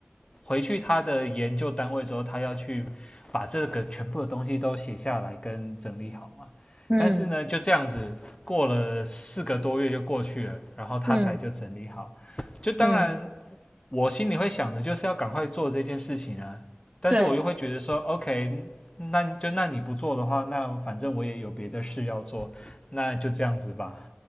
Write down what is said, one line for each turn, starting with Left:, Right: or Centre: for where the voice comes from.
Left: 回去他的研究单位之后，他要去把这个全部的东西都写下来跟整理好嘛。
Right: 嗯
Left: 但是呢，就这样子过了四个多月就过去了，然后他才就整理好。
Right: 嗯
Left: 就当然
Right: 嗯，
Left: 我心里会想的就是要赶快做这件事情啊，但是我又会觉得说，OK，
Right: 对，
Left: 那就那你不做的话，那反正我也有别的事要做，那就这样子吧。